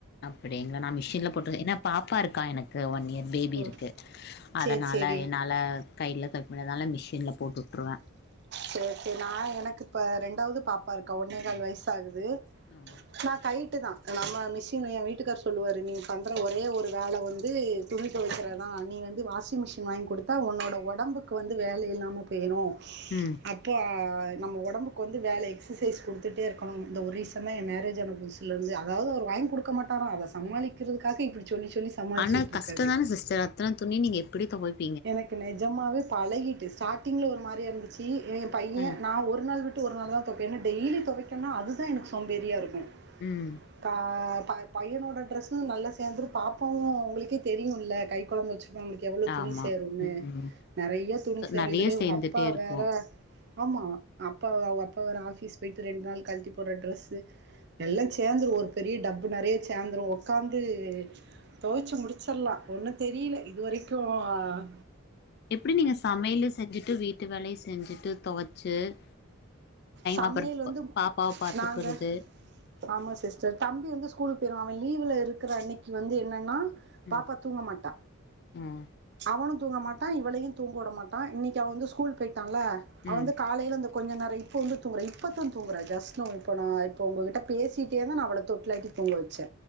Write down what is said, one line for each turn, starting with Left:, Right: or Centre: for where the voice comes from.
Left: அப்படிங்களா நான் மிஷின்ல போட்ருதே என்ன பாப்பா இருக்கா எனக்கு ஒன் இயர் பேபி
Right: ஓ
Left: இருக்கு
Right: சேரி
Left: அதனால
Right: சேரி
Left: என்னால கையில தோவப்பனால மிஷின்ல போட்டு விட்டுருவேன்
Right: சரி சரி நான் எனக்கு இப்ப ரெண்டாவது பாப்பா இருக்கா ஒன்னே கால் வயஸ் ஆகுது
Left: ஆ
Right: குது நான் கை வட்டு தான் நம் நம்ம மிஷின் என் வீட்டுக்கார் சொல்லுவாரு நீ பண்ணுற ஒரே ஒரு வேலை வந்து துணி துவைக்கிறதான் நீ வந்து வாஷிங் மிஷின் வாங்கி கொடுத்தா உன்னோட உடம்புக்கு வந்து வேலை இல்லாமல் போயிடும்
Left: ம்
Right: ஆ நம்ம உடம்புக்கு வந்து வேலை எக்சசைஸ் கொடுத்துட்டே இருக்கணும் இந்த ஒரீசன்தா என் மேரேஜ் புதுசுல இருந்து அதாவது அவர் வாங்கி கொடுக்க மாட்டர அத சமாளிக்கிறதுக்காக இப்டி சொல்லி சொல்லி சமாளிச்சுட்டு
Left: ஆனா கஷ்ட
Right: இருக்காரு
Left: தானே சிஸ்டர் அத்தன துணியு நீங்க எப்டி தொவைப்
Right: எனக்கு நெஜமாவே பழகிட்டு ஸ்டார்டிங்ல ஒரு மாரி இருந்துச்சு ஏ பைய
Left: ஆ
Right: நா ஒரு நாள் விட் விட்டு ஒரு நாள் தொவப்பே என்ன டெய்லியு தொவைக்கனா அதுதா எனக்கு சோம்பேரியா இருக்கு
Left: ம்
Right: கா ப பையனோட டிரரெஸ்சு நல்ல சேந்துரு பாப்பாவு உங்களுக்கே தெரியுல கை குழந்த வச்சிரு <unintelligible> துணி
Left: ஆமா
Right: சேரும்ன்னு
Left: ம்
Right: நெறய துணி சேரு
Left: நெறைய
Right: இதுல இவங்க
Left: சேந்துட்டே
Right: அப்பா
Left: இருக்கு
Right: வேற ஆமா அப்பா அவுங்க அப்பாவோட ஆஃபீஸ் போயிட்டு ரெண்டு நாள் கழட்டி போடுற ட்ரெஸ்ஸு எல்லா சேந்துடு ஒரு பெரிய டப்பு நெறய சேந்துடு உட்காந்து தொவைச்சு முடிச்சிடலா ஒன்னு தெரியல இதுவரைக்கு ஆ
Left: எப்டி நீங்க சமையலு செஞ்சுட்டு வீட்டு வேல செஞ்சுட்டு தொவச்சு <inaudible>
Right: சமையல்
Left: அப்புற
Right: வந்து
Left: பாப்பாவ பாத்துக்குறது
Right: நாங்க ஆமா சிஸ்டர் தம்பி வந்து ஸ்கூலுக்கு போயிர்வா அவ லீவ்ல இருக்ற அன்னைக்கு வந்து என்னன்னா
Left: ம்
Right: பாப்பா தூங்க மாட்டா
Left: ம்
Right: அவனுக் தூங்க மாட்டா இவளையு தூங்க உடமாட்டா இன்னைக்கு அவ வந்து ஸ்கூல் போயிட் டால அவ
Left: ம்
Right: வந்து காலைல ந்து கொஞ்சோ நெறை இப்போ வந்து தூங்கறா இப்போதா தூங்குறே ஜஸ்ட் நவ் இப்போ நா இப்போ உங் கிட்ட பேசிகிட்டேதா நா அவள தொட்டிலாட்டி தூங்க வச்சே